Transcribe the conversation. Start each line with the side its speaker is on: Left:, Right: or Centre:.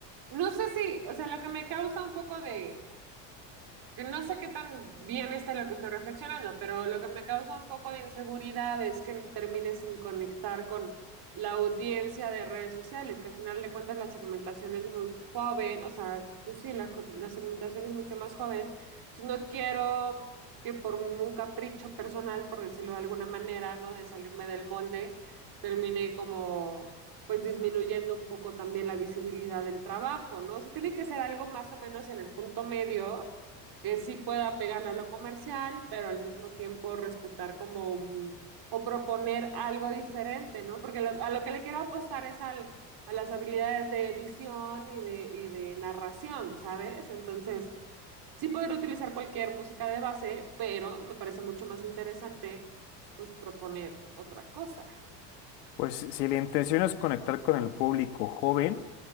Right: No sé si, o sea, lo que me causa un poco de que no sé qué tan bien esté lo que estoy reflexionando, pero lo que me causa un poco de inseguridad es que termine sin conectar con la audiencia de redes sociales, que al final de cuentas la segmentación es muy joven, o sea, pues sí, la, jo- la segmentación es mucho más joven, entonces no quiero que por un capricho personal, por decirlo de alguna manera, ¿no? De salirme del molde, termine como pues disminuyendo un poco también la visibilidad del trabajo, ¿no? O sea, tiene que ser algo más o menos en el punto medio que sí pueda pegarle a lo comercial, pero al mismo tiempo respetar como un- o proponer algo diferente, ¿no? Porque lo- a lo que le quiero apostar es al, a las habilidades de edición y de, y de narración, ¿sabes? Entonces, sí podría utilizar cualquier música de base, pero me parece mucho más interesante, pues, proponer otra cosa.
Left: Pues si la intención es conectar con el público joven,